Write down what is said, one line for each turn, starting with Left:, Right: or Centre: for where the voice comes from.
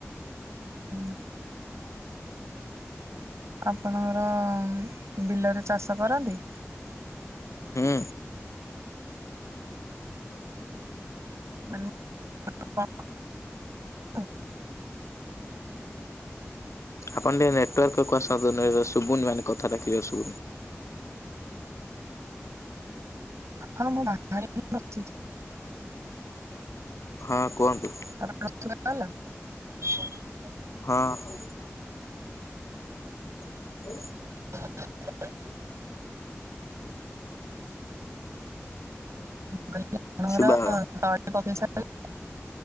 Right: ହୁଁ ହୁଁ। ଆପଣଙ୍କର ଉଁ ବିଲରେ ଚାଷ କରନ୍ତି?
Left: ହୁଁ
Right: ମାନେ <unintelligible>
Left: ଆପଣ ଟିକେ ନେଟୱାର୍କକୁ ଆସନ୍ତୁ ସୁବୁନି ମାନେ କଥାଟା କ୍ଲିୟର ସୁବୁନୀ।
Right: ହଁ ମୁଁ ବାହାରେ ହିଁ ବସିଚି।
Left: ହଁ କୁହନ୍ତୁ?
Right: ଏଥର ଶୁବା ଗଲା? <unintelligible>
Left: ହଁ। <unintelligible>
Right: <inaudible> ମୁଁ କହିଲି <unintelligible>
Left: ଶୁଭାଗଲା
Right: ସାରିଲେଣି?